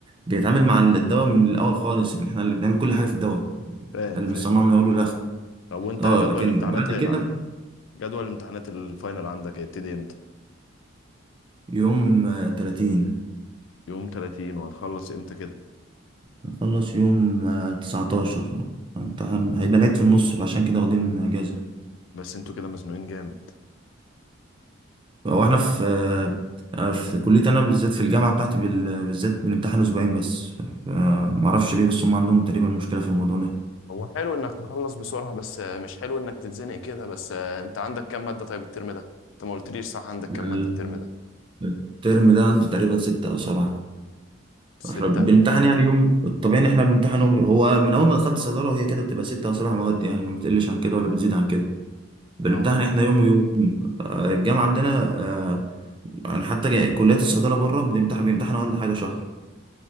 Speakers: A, on the right; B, on the left.
A: بنتعامل مع الدواء من الاول خالص يعني احنا اللي بنعمل كل حاجة في الدواء
B: فاهم
A: اللي
B: فاهم
A: بنصنعه من اوله لاخره
B: طب وانت
A: اه
B: جدول
A: لكن
B: الامتحانات
A: بعد كده
B: جدول الامتحانات الفاينل عندك هيبتدي امتى؟
A: يوم آه، تلاتين
B: يوم 30 وهتخلص امتى كده؟
A: نخلص يوم آه، تسعتاشر امتحان هيبقى العيد في النص فعشان كده واخدين اجازة
B: بس انتوا كده مزنوقين جامد
A: هو احنا في آه، في كلية انا بالذات في الجامعة بتاعتي بال- بالذات بنمتحن اسبوعين بس ف- معرفش ليه بس هم عندهم تقريبا مشكلة في الموضوع ده
B: هو حلو انك تخلص بسرعة بس آه، مش حلو انك تتزنق كده بس آه، انت عندك كام مادة طيب الترم ده انت ما قلتليش صح عندك
A: ال-
B: كام مادة الترم ده
A: الترم ده عندي تقريبا ستة او سبعة
B: ستة
A: احنا بنمتحن يعني يوم الطبيعي ان احنا بنمتحن هو هو من اول ما دخلت صيدلة وهي كده بتبقى ستة او سبع مواد يعني ما بتقلش عن كده ولا بتزيد عن كده بنمتحن
B: اه
A: احنا يوم ويوم آه، الجامعة عندنا آه، يعني حتى جا- كليات الصيدلة بره بنمتحن بيمتحنوا أقل حاجة شهر